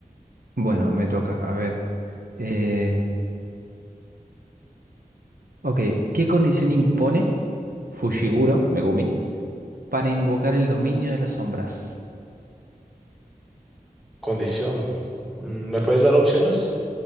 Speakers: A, on the right; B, in the centre.
A: Bueno, me toca. A ver. eh, ok, ¿qué condición impone Fushiguro, Megumi, para invocar el dominio de las sombras?
B: Condición. Mm, ¿Me puedes dar opciones?